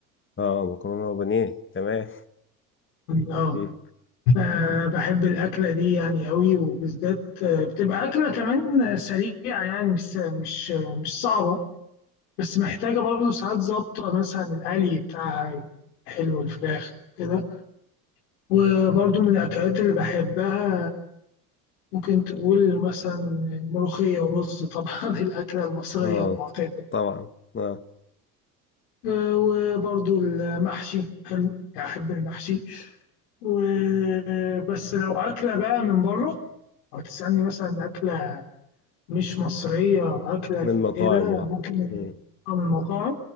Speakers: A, on the left; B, on the left.
A: اه مكرونه وبانيه تمام
B: اه
A: مم.
B: آه، بحب الأكلة دي يعني قوي وبالذات آه، بتبقى أكلة كمان سريعة يعني مش مش مش صعبة بس محتاجة برضه ساعات ظابطة مثلا القلي بتاعها حلو الفراخ كده وبرضه من الأكلات اللي بحبها ممكن تقول مثلا ملوخية ورز طبعا <laughs> الأكلة المصرية
A: اه
B: المعتادة
A: طبعا اه
B: آه، وبرضه المحشي حلو أحب المحشي وبس لو أكلة بقى من بره أو تسألني مثلا أكلة مش مصرية أو أكلة
A: من مطاعم
B: كده
A: اه
B: ممكن ال-
A: مم.
B: أو من المطاعم